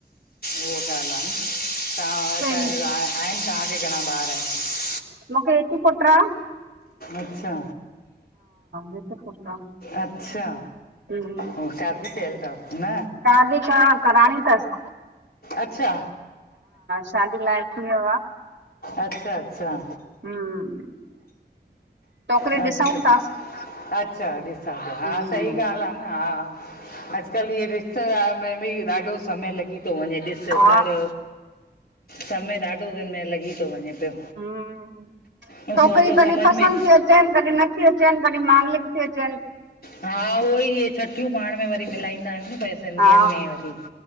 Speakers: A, on the left (about 55°); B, on the right (about 75°).
A: उहो त हलन त
B: सही
A: त तव्हां आहिनि तव्हांखे घणा ॿार आहिनि?
B: मूंखे हिकु ही पुट्र आ
A: अच्छा
B: हिकु पुटु आहे
A: अच्छा
B: हम्म
A: ऐं शादी काल तव? न
B: शादी ता कराणी थसि
A: अछा
B: शादी लाइ थी वियो
A: अच्छा अच्छा
B: हूँ छोकरी
A: अच्छा
B: ॾिसूं था
A: अच्छा ॾिसओ पया हा
B: हम्म
A: सही ॻाल्हि आहे न हा अॼकल्ह इहे रिश्तेदार में बि ॾाढो समय लॻी थो वञे ॾिस
B: हा
A: कर समय ॾाढो हिनमे में लॻी थो वञे पियो
B: हम
A: ऐं
B: छोकिरी
A: सवलो समझ
B: कनहि पसंदि
A: में
B: केर अचन कॾहिं नथी अचनि कॾहिं मांगलीक थीी अचनि
A: हा उहो ई इहे छठियूं पाण में वरी मिलाईंदा आहियूं न पंहिंज सिंधियुनि
B: हा
A: में वरी